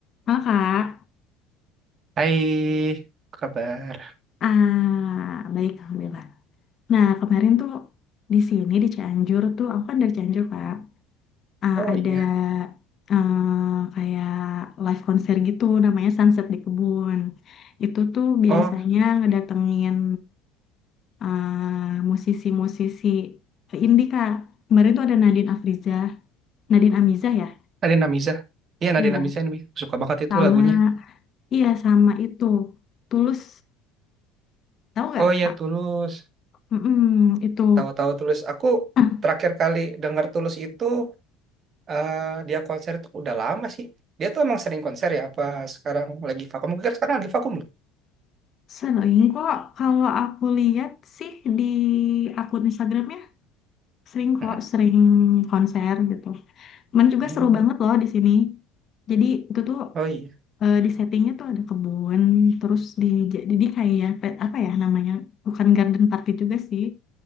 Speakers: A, on the left; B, on the right.
A: Halo Kak,
B: Hai, apa kabar?
A: ah, baik Alhamdulillah. Nah kemarin tuh di sini di Cianjur tuh, aku kan dari Cianjur Kak, Ah,
B: Oh
A: ada
B: iya.
A: eh, kayak live konser gitu namanya Sunset di Kebun. Itu tuh biasanya
B: Oh,
A: ngedatengin eh, musisi-musisi indie Kak. Kemarin tuh ada Nadine Afrizah, Nadine Amizah ya?
B: Nadine Amizah. Iya, Nadine
A: Iya,
B: Amizah ini. Aku Suka banget itu
A: sama
B: lagunya.
A: iya sama itu Tulus, tahu nggak
B: Oh iya,
A: Kak?
B: Tulus.
A: Mm-mm, itu.
B: Tahu-tahu Tulus. Aku
A: <laughs>
B: terakhir kali denger Tulus itu, eh, dia konser itu udah lama sih. Dia tuh emang sering konser ya? Apa sekarang lagi vakum? Mungkin sekarang lagi vakum loh.
A: Sering kok, kalau aku lihat sih di akun Instagramnya, sering kok,
B: Heeh.
A: sering konser gitu. Cuman juga
B: Hmm.
A: seru banget loh di sini. Jadi itu tuh
B: Oh iya.
A: eh, di settingnya tuh ada kebun, terus di jadi kayak pe- apa ya namanya, bukan garden party juga sih.